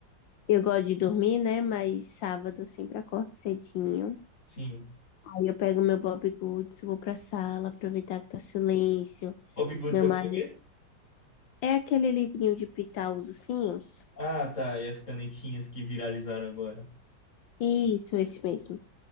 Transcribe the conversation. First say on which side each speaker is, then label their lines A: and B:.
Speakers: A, on the left (about 85°); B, on the left (about 40°).
A: eu gosto de dormir, né? Mas sábado eu sempre acordo cedinho.
B: Sim.
A: Aí eu pego meu Bob Goods, vou pra sala, aproveitar que tá silêncio.
B: Bob Goods
A: Meu
B: é
A: marido
B: o que mesmo?
A: é aquele livrinho de pitar os ursinhos?
B: Ah, tá. E as canetinhas que viralizaram agora.
A: Isso, esse mesmo.